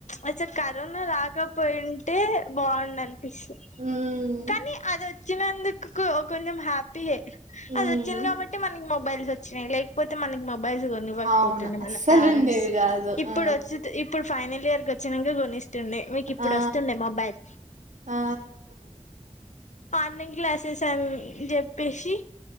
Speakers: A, on the left; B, on the right.
A: అచ్చ కరోనా రాకపోయింటే. బావుండేనిపిస్తుంది
B: ఉమ్
A: కానీ అది వచ్చినందుకు క్ కొంజెం హ్యాపీయే.
B: ఉమ్,
A: అది ఓచ్చింది గాబట్టే మనకి మొబైల్స్ ఓచ్చినాయి లేకపోతే మనకి మొబైల్స్ గొన్నివ్వకపోతుండే
B: అవును అస్సలు
A: మనం. పేరెంట్స్
B: ఉండేవి కాదు
A: ఇప్పుడు
B: ఆ
A: ఓచ్చిత్ ఇప్పుడు ఫైనల్ ఇయర్ కోచ్చినాంక గోనిస్త. టుండే మిక్ ఇప్పుడు
B: ఆ
A: ఓస్తుండే మొబైల్.
B: ఆ
A: ఆన్లైన్ క్లాసెస్ అన్ జేప్పేసి